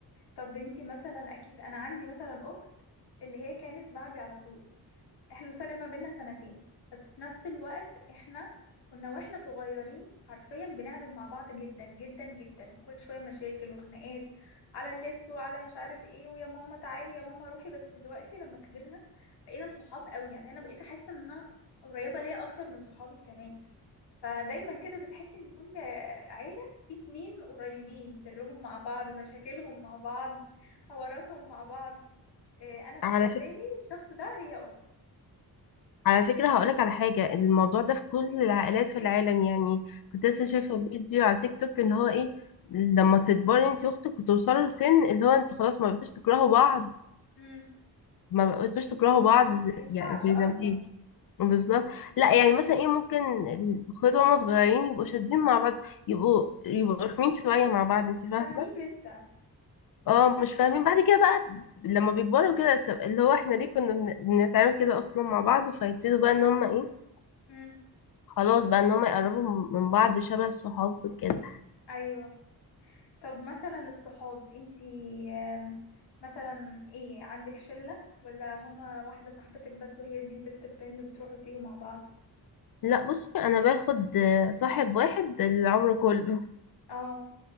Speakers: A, on the left (about 80°); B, on the left (about 60°).
A: طب انتي مثلا اكيد انا عندي مثلا اخت اللي هي كانت بعدي على طول احنا الفرق ما بيننا سنتين بس في نفس الوقت احنا كنا واحنا صغيرين حرفيا بنعند مع بعض جدا جدا جدا وكل شوية مشاكل وخناقات على اللبس وعلى مش عارف ايه ويا ماما تعالي يا ماما روحي بس دلوقتي لما كبرنا بقينا صحاب قوي يعني انا بقيت احس انها قريبة ليا اكتر من صحابي كمان فدايما كده بتحس ان كل عيلة في اتنين قريبين سرهم مع بعض مشاكلهم مع بعض حواراتهم مع بعض إيه، انا بالنسبة
B: على
A: لي الشخص ده هي اختي
B: على فكرة هقولك على حاجة الموضوع ده في كل العائلات في العالم يعني كنت
A: مم.
B: لسه شايفة فيديو على تيك توك ان هو ايه لما تكبري انت واختك وتوصلوا لسن اللي هو انتوا خلاص ما بقيتوش تكرهوا بعض
A: امم
B: ما بقيتوش تكرهوا بعض
A: ما ينفعش
B: يعني زي
A: اصلا
B: زمان بالظبط لا يعني مثلا ايه ممكن الاخوات وهما صغيرين يبقوا شادين مع بعض يبقوا يبقوا رخمين شوية مع بعض انت فاهمة
A: فاهمين لسه
B: اه مش فاهمين بعد كده بقى لما بيكبروا كده طب اللي هو احنا ليه كنا بن- بنتعامل كده اصلا مع بعض فيبتدوا بقى ان هما ايه
A: امم
B: خلاص بقى ان هم يقربوا من بعض شبه الصحاب كده
A: ايوه طب مثلا الصحاب انتي آم، مثلا ايه عندك شلة ولا هما واحدة صاحبتك بس وهي دي البيست فريند وبتروحوا وتيجوا مع بعض
B: لا بصي انا باخد آه، صاحب واحد العمر كله
A: اه